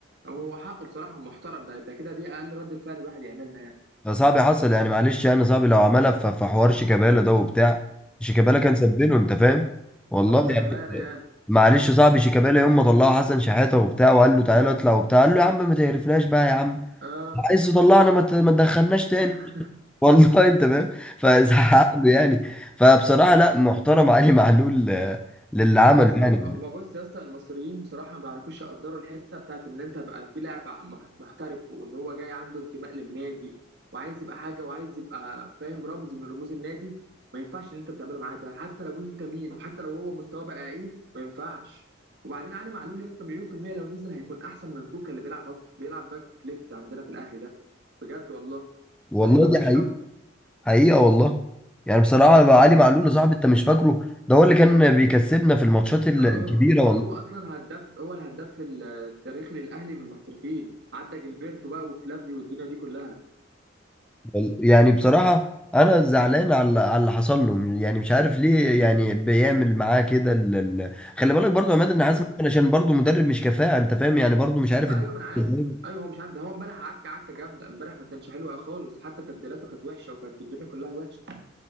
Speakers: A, on the right (about 60°); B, in the centre.
A: أو هو حقه بصراحة محترم ده ده كده دي أقل ردة فعل الواحد يعملها يعني
B: ده صعب حصل يعني معلش يعني صعب لو عملها في في حوار شيكابالا ده وبتاع شيكابالا كان سبله انت فاهم والله
A: أه ده
B: يعني
A: أمانة يعني
B: معلش صعب شيكابالا يوم ما طلعوا حسن شحاته وبتاع وقال له تعالى اطلع وبتاع قال له يا عم ما تقرفناش بقى يا عم
A: أه
B: عايز تطلعنا ما ت- ما تدخلناش تاني
A: <laughs>
B: <laughs> والله انت فاهم فزعق له يعني فبصراحه لا محترم علي معلول آه، للي عمله
A: يا اسطى
B: يعني
A: هما بص يا اسطى المصريين بصراحة ما بيعرفوش يقدروا الحتة بتاعت إن أنت بقى في لاعب مح- محترف وإن هو جاي عنده انتماء للنادي وعايز يبقى حاجة وعايز يبقى فاهم رمز من رموز النادي ما ينفعش إن أنت بتعمله معاه ده حتى لو أنت مين وحتى لو هو مستواه بقى إيه ما ينفعش وبعدين علي معلول يا اسطى مليون في المية لو نزل هيكون أحسن من كوكا اللي بيلعب هاف- بيلعب باك ليفت عندنا في الأهلي ده بجد والله
B: والله
A: كان هيبقى
B: دي
A: وحش
B: حقيقه
A: قوي
B: حقيقه والله يعني بصراحه بقى علي معلول يا صاحبي انت مش فاكره ده هو اللي كان بيكسبنا في الماتشات ال-
A: اه
B: الكبيره والله
A: هو اصلا هداف هو الهداف التاريخي للاهلي من المحترفين عدى جilberto بقى وفلافيو والدنيا دي كلها
B: وال- يعني بصراحة أنا زعلان على اللي- على اللي حصل له يعني مش عارف ليه يعني بيعمل معاه كده ال... ال... خلي بالك برضو يا عماد إن حاسس
A: كولر
B: ممكن عشان برضو مدرب مش كفاءة أنت فاهم يعني برضو مش عارف
A: ايوه
B: الد-
A: ما انا عارف
B: إزاي
A: ايوه هو مش عارف ده هو امبارح عكه عكه جامده امبارح ما كانش حلو خالص حتى تبديلاته كانت وحشه وكانت الدنيا كلها وحشه